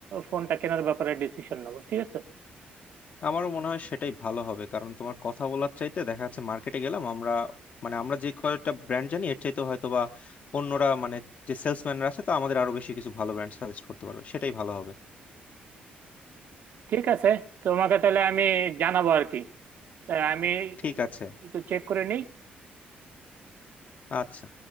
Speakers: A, on the right (about 55°); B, on the left (about 45°).
A: ফোনটা কেনার ব্যাপারে ডিসিশন নেবো ঠিক আছে
B: আমারও মনে হয় সেটাই ভালো হবে কারণ তোমার কথা বলার চাইতে দেখা যাচ্ছে মার্কেটে গেলাম আমরা মানে আমরা যে কয়েকটা ব্র্যান্ড জানি এর চাইতে হয়তো বা অন্যরা মানে যে সেলসম্যানরা আছে তা আমাদের আরো বেশি কিছু ভালো ব্র্যান্ড সাজেস্ট করতে পারবে সেটাই ভালো হবে
A: ঠিক আছে তোমাকে তাহলে আমি জানাবো আর কি তা আমি
B: ঠিক আছে
A: তো চেক করে নিই
B: আচ্ছা